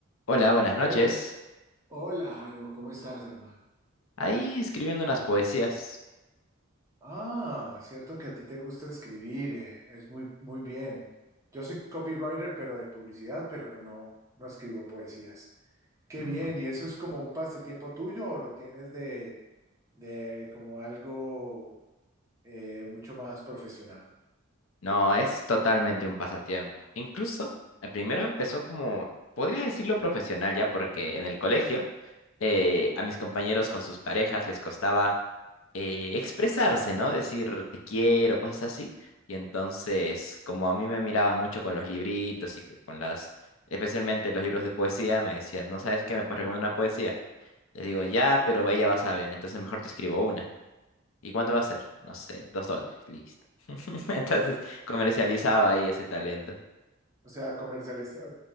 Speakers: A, on the left; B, on the right.
A: Hola, buenas
B: Jairo,
A: noches.
B: hola Jairo, ¿cómo estás, hermano?
A: Ahí escribiendo unas poesías.
B: Ah, cierto que a ti te gusta escribir, eh, es muy, muy bien. Yo soy copywriter, pero de publicidad, pero no, no escribo poesías. Qué
A: Mm,
B: bien, ¿y eso es como un pasatiempo tuyo o lo tienes de, de como algo, eh, mucho más profesional.
A: No, es totalmente un pasatiempo. Incluso, eh, primero empezó como, podría decirlo profesional ya, porque en el colegio eh, a mis compañeros con sus parejas les costaba eh, expresarse, ¿no? Decir te quiero, cosas así. Y entonces, como a mí me miraban mucho con los libritos y que con las, especialmente los libros de poesía, me decían, ¿no sabes qué me puedes recomendar una poesía? Les digo, ya, pero ella va a saber, entonces mejor te escribo una. ¿Y cuánto va a ser? No sé, dos dólares, listo. <laughs> Entonces comercializaba ahí ese talento.
B: O sea, comercializar,